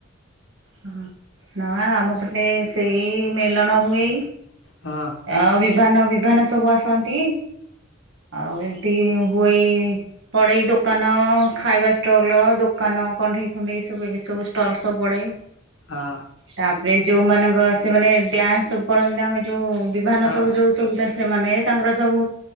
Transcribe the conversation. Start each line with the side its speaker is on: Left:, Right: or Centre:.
Right: ହଁ ନା ଆମ ପଟେ ସେଇ ମେଲଣ ହୁଏ।
Left: ହଁ
Right: ଆଉ ବି ଭାନ ବିଭାନ ସବୁ ଆସନ୍ତି। ଆଉ ଏମିତି ହୁଏ। ପଡେ ଏଇ ଦୋକାନ ଖାଇବା ଷ୍ଟଲ୍ ଦୋକାନ କଣ୍ଢେଇ ଫଣ୍ଡେଇ ସ ସବୁ ଏକେ ସବୁ ଷ୍ଟଲ୍ ସବୁ ପଡେ।
Left: ହଁ
Right: ତାପରେ ଯୋଉମାନଙ୍କ ସେମାନେ ଡ୍ୟାନ୍ସ ସବୁ କରନ୍ତି ନା ଆଉ ଯୋଉ ବିିଭାନ
Left: ହଁ
Right: ସବୁ ଯୋଉ ସବୁ ତ ସେମାନେ ତାଙ୍କର ସବୁ